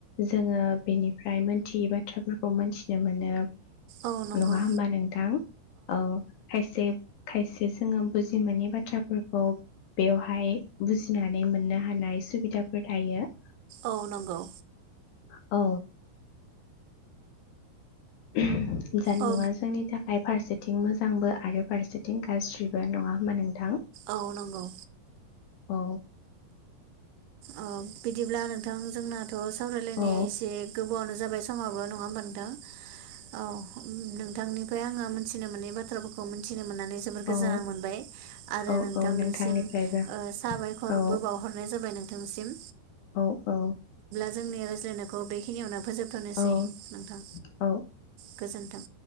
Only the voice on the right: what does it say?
औ नंगौ
औ नंगौ।
औ
औ नंगौ।
औ बिदिब्ला नोंथां जोंना थ' सावरायलायनाया
एसे गोबावावनो जाबाय समाबो नङा होमबा नोंथां औ नोंथांनि ओमफ्राय आङो मोनथिनो मोननाय बाथ्राफोरखौ मिथि नानै जोबोर गोजोनां
मोनबाय आरो
नोंथांनिसिम
ओ साबायखरबो
बावहरनाय जाबाय नों नोंथांनिसिम।
जोंनि रायज्लायनायखौ बेखिनियावनो फोजोबथ'नोसै
नोंथां।
गोजोन्थों।